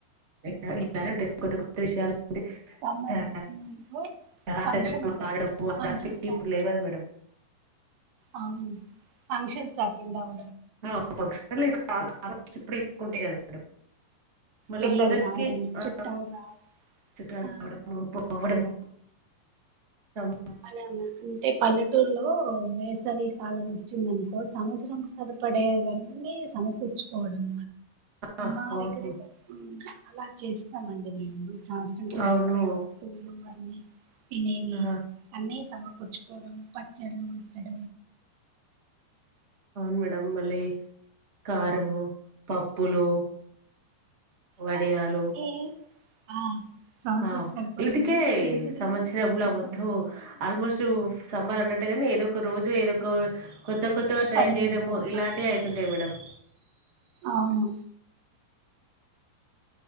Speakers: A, on the right; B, on the right.
A: ఇలా ఉంటా కొత్త కొత్త విషయాలుడి
B: సమ్మర్
A: ఆ
B: వచ్చిందనుకో
A: ఆట
B: ఫంక్షన్స్
A: డడ
B: ఫంక్షన్స్
A: అ ఇప్పుడు
B: అటెండ్
A: లేవదు మేడం
B: అవును ఫంక్షన్స్ అటెండ్ అవ్వ
A: ఆ ఫంక్షన్ లేవన్న ఆడోచ్చు ఇప్పుడు ఎక్ంటే కదా మేడం మల్ల
B: పిల్లలు
A: వాళ్లకి
B: రావడం
A: ఆ
B: చుట్టాలు రావడం
A: చుట్టాలు
B: ఆ,
A: రావడము బోవడము దమ్
B: అన అంటే పల్లెటూరులో వేసవి కాలం వచ్చింద సంవత్సరంకు సరిపడేవన్నీ సమకూర్చుకోవడం
A: ఆ,
B: మా
A: అవును
B: దగ్గరతే అలా చేస్తామండి సంవత్సరానికి సరిపడే
A: అవును
B: వస్తులు అన్నీ తినేవి
A: ఆ,
B: సమ కుడిచుపోడం పచ్చలు ఉపడ
A: అవును మేడం మళ్ళీ కారంము పప్పులు వడియాలు
B: ఇలా ఏ ఆ సంవత్సరం
A: ఆ
B: సరిపడేవన్నీ
A: ఇవిటికే
B: వేసవిలోనే
A: సంవత్సరమల
B: వేసుకుంటాము
A: మొత్త ఆల్మోస్ట్ సమ్మర్ అన్న టైం ఏదో ఒక రోజు ఏదో ఒక కొత్త కొత్తగా ట్రై
B: పని
A: చేయడము
B: ఉంటది
A: ఇలాంటివి అయితుంటాయి మేడం
B: అవును